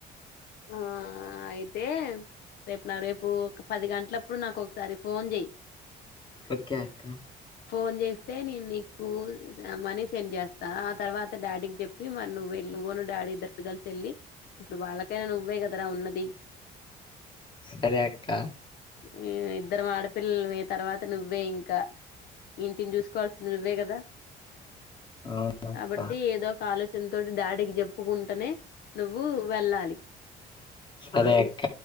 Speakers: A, on the left (about 65°); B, on the left (about 30°).
A: ఆ ఆ అయితే రేపు నా రేపు ఒక పది గంటలప్పుడు నాకు ఒకసారి ఫోన్ చెయ్
B: ఓకే అక్క
A: ఫోన్ చేస్తే నేను నీకు మనీ సెండ్ చేస్తా ఆ తర్వాత డాడీకి చెప్పి మరి నువ్వే నువ్వునూ డాడీ ఇద్దరు కలిసి వెళ్లి ఇప్పుడు వాళ్ళకైనా నువ్వే కదరా ఉన్నది
B: సరే అక్క
A: ఉమ్ ఇద్దరము ఆడపిల్లలము తర్వాత నువ్వే ఇంకా ఇంటిని చూసుకోవాల్సింది నువ్వే కదా
B: అవునక్క
A: కాబట్టి ఏదో ఒక ఆలోచన తోటి డాడీకి చెప్పుకుంటనే నువ్వు వెళ్ళాలి
B: సరే అక్క